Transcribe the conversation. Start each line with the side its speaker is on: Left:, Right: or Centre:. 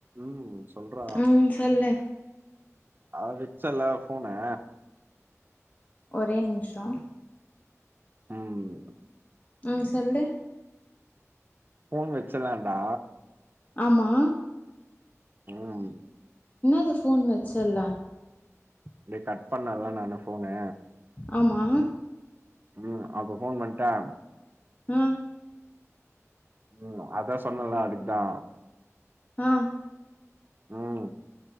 Right: ம் சொல்றா
Left: ம் சொல்லு
Right: ஆ வெச்சல்ல ஃபோனு
Left: ஒரே நிமிஷோ
Right: ம்
Left: ம் சொல்லு
Right: ஃபோன் வெச்சலன்டா
Left: ஆமா
Right: ம்
Left: இன்னாது ஃபோன் வெச்சல்ல
Right: இப்டி கட் பண்ணல்ல நானு ஃபோனு
Left: ஆமா
Right: ம் அப்ப ஃபோன் பண்டா
Left: ம்
Right: ம் அத்தா சொன்னல்ல அதுக்குதா
Left: ஆ
Right: ம்